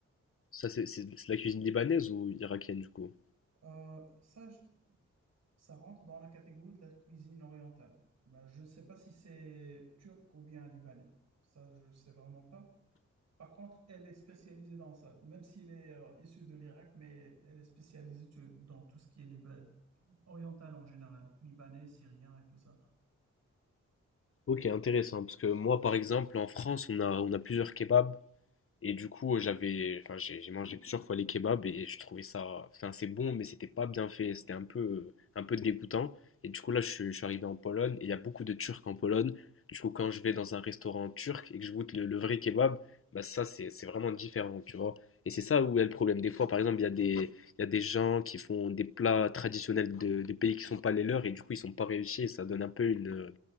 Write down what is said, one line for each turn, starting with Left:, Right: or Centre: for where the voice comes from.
Left: Ça, c'est c'est- c'est la cuisine libanaise ou irakienne, du coup?
Right: Euh, ça, je- ça rentre dans la catégorie de la cuisine orientale. Mais je ne sais pas si c'est turc ou bien libanais. Ça, je ne sais vraiment pas. Par contre, elle est spécialisée dans ça, même s'il est euh, issu de l'Irak, mais elle est spécialisée tu- dans tout ce qui est libanais orientale en général, libanais, syrien et tout ça.
Left: Ok, intéressant. Parce que moi, par exemple, en France, on a, on a plusieurs kebabs. Et du coup, euh, j'avais, enfin, j'ai j'ai mangé plusieurs fois les kebabs et je trouvais ça, enfin, c'est bon, mais c'était pas bien fait, c'était un peu, un peu dégoûtant. Et du coup, là, je, suis- je suis arrivé en Pologne et il y a beaucoup de Turcs en Pologne. Du coup, quand je vais dans un restaurant turc et que je goûte le, le vrai kebab, bah ça, c'est, c'est vraiment différent, tu vois. Et c'est ça où est le problème. Des fois, par exemple, il y a des, il y a des gens qui font des plats traditionnels de, de pays qui sont pas les leurs et du coup, ils sont pas réussis et ça donne un peu une,